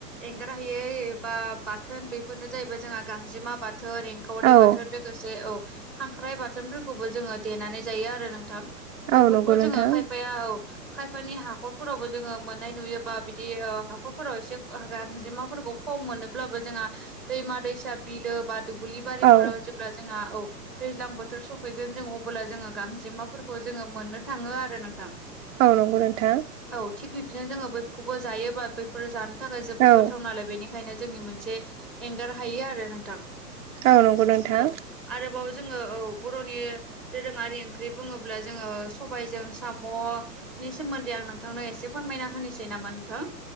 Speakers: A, in the centre; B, on the right.
A: एंगारहायै एबा बाथोन बेफोरनो जाहैबाय जोंहा गांजेमा बाथोन एं खावरि
B: औ
A: बाथोन लोगोसे औ खांख्राइ बाथोनफोरखौबो जोङो देनानै जायो आरो नोंथां
B: औ
A: बैफोरखौ
B: नंगौ
A: जोङो
B: नोंथां
A: खायफाया औ खायफानि हाखरफोरावबो जोङो मोननाय नुयो बा बिदि ओ हाखरफोराव एसे ओ हो गांजेमाफोरखौ खम मोनोब्लाबो जोङा दैमा दैसा बिलो बा दुबुलि बारिफोराव
B: औ
A: जोब ब्ला जोङा औ दैज्लां बोथोर सफैगोन जों अबोला जोङो गांजेमाफोरखौ जोङो मोननो थाङो आरो नोंथां
B: औ नंगौ नोंथां
A: औ थिग बिब्दिनो जोङो बैखौबो जायोबा बैफोर जानो थाखाय जोबोद
B: औ
A: गोथाव नालाय बेनि खायनो जोंनि मोनसे एंगार हायो आरो नोंथां
B: औ नंगौ नोंथां
A: औ आरोबाव जोङो औ बर'नि दोरोङारि ओंख्रि बुङोब अब्ला जोङो सबायजों साम' नि सोमोन्दै आं नोंथांनो एसे फोरमायना होनोसै नामा नोंथां?